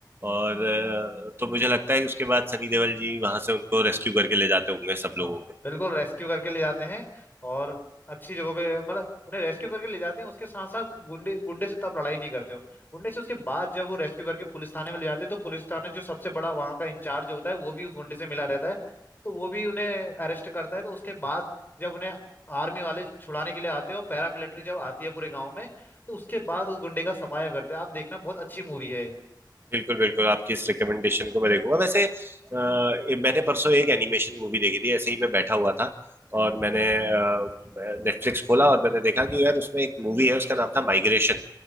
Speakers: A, on the right; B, on the left.
A: और अ, तो मुझे लगता है कि उसके बाद सनी देओल जी वहां से उनको रेस्क्यू करके ले जाते होंगे सब
B: हाँ
A: लोगों
B: बिल्कुल रेस्क्यू करके ले जाते हैं और अच्छी जगह पे मतलब उन्हें रेस्क्यू करके ले जाते हैं उसके साथ साथ गुंडे गुंडे से तब लड़ाई नहीं करते हो गुंडे से उसके बाद जब वो रेस्क्यू करके पुलिस थाने में ले जाते हैं तो पुलिस थाने जो सबसे बड़ा वहाँ का इंचार्ज होता है वो भी उस गुंडे से मिला रहता है तो वो भी उन्हें अरेस्ट करता है तो उसके बाद जब उन्हें आर्मी वाले छुड़ाने के लिए आते हैं और पैरामिलिट्री जब आती है पूरे गाँव में तो उसके बाद उस गुंडे का सफाया करते हैं आप देखना बहुत अच्छी मूवी है
A: बिल्कुल बिल्कुल आपकी इस रिकमेंडेशन को मैं देखूंगा वैसे अ, ये मैंने परसों एक एनिमेशन मूवी देखी थी ऐसे ही मैं बैठा हुआ था और मैंने नेटफ्लिक्स खोला और मैंने देखा कि यार उसमें एक मूवी है उसका नाम था माइग्रेशन